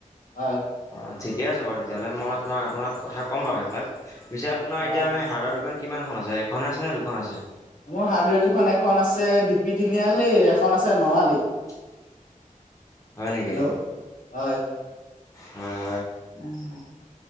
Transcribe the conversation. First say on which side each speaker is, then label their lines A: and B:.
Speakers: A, on the left; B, on the left.
A: হয়
B: অঁ ঠিকে আছে বাৰু তেতিয়াহ'লে মই তোমাক আপোনাক, কথা ক'ম বাৰু সেইবিলাক, পিছে আপোনাৰ
A: অ
B: এতিয়া মানে হাৰ্ডৱেৰ দোকান কিমানখন আছে, এখনে আছে নে দুখন আছে?
A: মোৰ হাৰ্ডৱেৰ দুখন এখন আছে বি পি তিনিআলি এখন আছে নআলি।
B: <inaudible> নেকি
A: হেল্ল', হয়।
B: হয়
A: উম